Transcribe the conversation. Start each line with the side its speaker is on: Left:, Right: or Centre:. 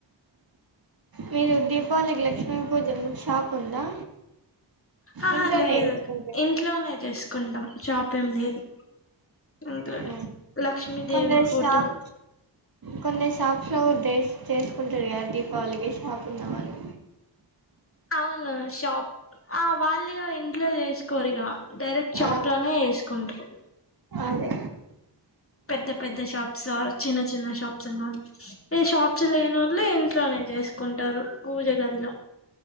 Right: మీరు దీపావళికి లక్ష్మీ పూజన్ షాప్ ఉందా
Left: ఆహా
Right: ఇంట్లోనే
Left: లేదు,
Right: చేసుకుంటారు
Left: ఇంట్లోనే చేసుకుంటాం షాప్ ఏం లేదు ఇంట్లోనే
Right: మ్మ్
Left: లక్ష్మీదేవి
Right: కొందరు
Left: ఫోటో
Right: షాప్, కొందరు షాప్ లో ఉద్దే చేసుకుంటారు ఇగ దీపావళికి షాపున్న వాలు
Left: అవును షాప్ ఆ వాళ్ళీగా ఇంట్లో చేసుకోరు ఇగ డైరెక్ట్ షాప్
Right: ఆ
Left: లోనే చెస్ కుంటరు
Right: అదే
Left: పెద్ద పెద్ద షాప్స్ ఓర్ చిన్న చిన్న షాప్స్ ఉన్న వాళ్ళు ఏ షాప్స్ లేనోళ్ళు ఇంట్లోనే చేసుకుంటారు పూజ గదిలో